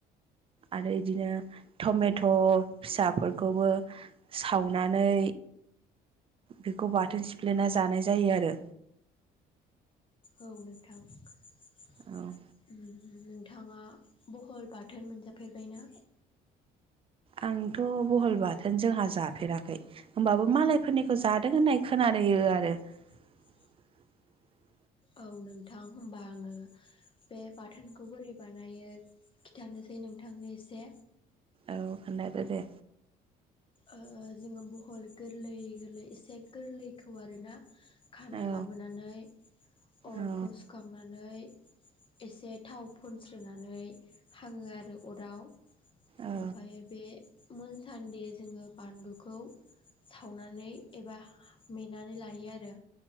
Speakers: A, on the right; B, on the left.
A: आरो इदिनो टमेट' फिसाफोरखौबो सावनानै बेखौ बाथोन सिफ्लेना जानाय जायो आरो।
B: औ नोंथां उम
A: औ
B: नोंथाङा बहल बाथोन मोनजाफेरबायना?
A: आंथ' बहल बाथोन जोंहा जाफेराखै होमबाबो मालायफोरनिखौ जादों होननाय खोना यो आरो
B: <unintelligible>
A: <unintelligible>
B: औ नोंथां होमबा आङो बे बाथोनखौ बोरै बानायो खिथानोसै नोंथांनो एसे
A: औ खोनथादो दे
B: ओ जोङो बहल गोरलै गोरलै एसे गोरलैखौ आरोना खाना
A: औ
B: लाबोनानै अरखौ
A: औ
B: सुखांनानै एसे थाव फुनस्रोनानै हाङो आरो अराव
A: औ
B: ओमफायो बे मोनसान्दि जोङो बानलुखौ सावनानै एबा मेनानै लायो आरो